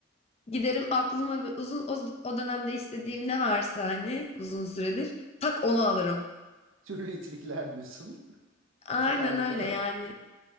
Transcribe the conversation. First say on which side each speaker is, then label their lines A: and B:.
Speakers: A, on the left; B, on the right.
A: Giderim aklıma ve uzun o, o dönemde istediğim ne varsa hani uzun süredir tak onu alırım.
B: Türlü itlikler diyorsun. <laughs>
A: Aynen
B: Çakallıklar.
A: öyle yani